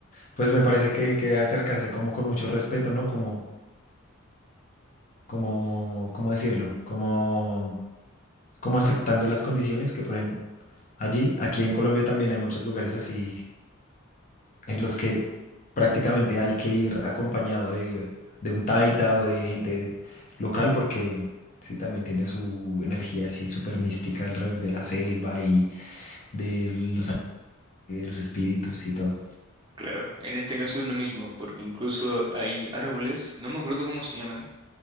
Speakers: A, on the left; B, on the right.
A: Pues me parece que, que acercarse como con mucho respeto, ¿no? Como, como, ¿cómo decirlo? Como, como aceptando las condiciones que ponen allí. Aquí en Colombia también hay muchos lugares así en los que prácticamente hay que ir acompañado de, de un taita o de gente local porque sí, también tiene su energía así súper mística alrededor de la selva y de los, ani- de los espíritus y todo.
B: Claro, en este caso es lo mismo, porque incluso hay árboles, no me acuerdo cómo se llaman,